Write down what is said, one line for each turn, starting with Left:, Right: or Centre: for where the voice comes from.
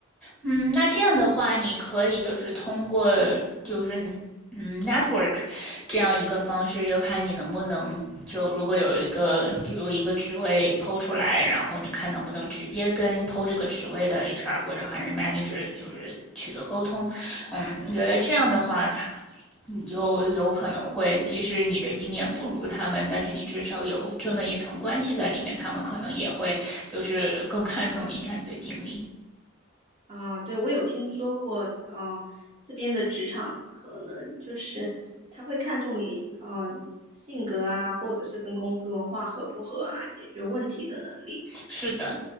Centre: 嗯，那这样的话，你可以就是通过就是嗯 network 这样一个方式，就看你能不能就如果有一个比如一个职位抛出来，然后你看能不能直接跟抛这个职位的 HR 或者 h i manager 就是取得沟通。嗯，你觉得这样的话，他你就有可能会，即使你的经验不如他们，但是你至少有这么一层关系在里面，
Right: 嗯
Centre: 他们可能也会就是更看重一下你的经历。
Right: 啊，对，我有听说过，嗯、这边的职场可能就是他会看重你，嗯、性格啊，或者是跟公司文化合不合啊，解决问题的能力。
Centre: 是的，